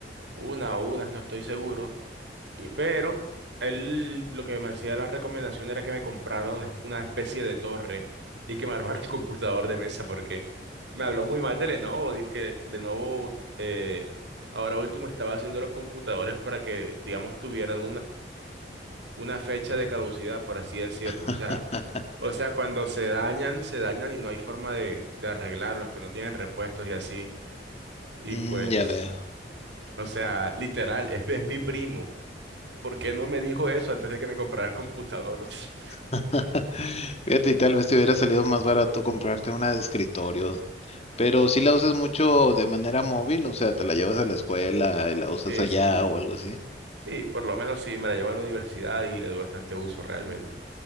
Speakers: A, on the right; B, on the left.
A: una o unas, no estoy seguro, y, pero él lo que me hacía la recomendación era que me comprara una, una especie de torre y que me armara un <laughs> computador de mesa, porque me habló muy mal de Lenovo, dice que Lenovo eh, ahora último estaba haciendo los computadores para que, digamos, tuvieran una fecha de caducidad, por así decirlo.
B: <laughs>
A: O sea, o sea, cuando se dañan, se dañan y no hay forma de, de arreglarlos, que no tienen repuestos y así. Y
B: Mm,
A: pues,
B: ya veo.
A: o sea, literal, es, es mi primo. ¿Por qué no me dijo eso antes de que me comprara el computador? <laughs>
B: <laughs> Fíjate, y tal vez te hubiera salido más barato comprarte una de escritorio, pero si la usas mucho de manera móvil, o sea, te la llevas a la escuela y la usas
A: Sí,
B: allá
A: sí,
B: o algo así.
A: sí, por lo menos sí, me la llevo a la universidad y le doy bastante uso realmente.